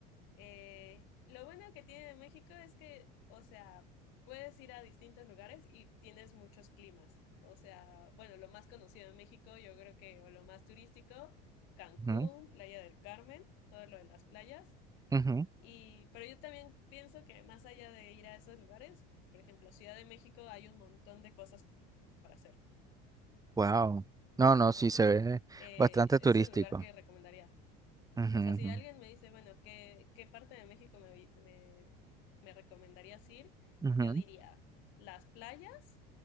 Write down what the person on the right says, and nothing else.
Ujú,
ujú.
Wow. No, no,
sí se ve
bastante turístico.
Ujú,
ujú,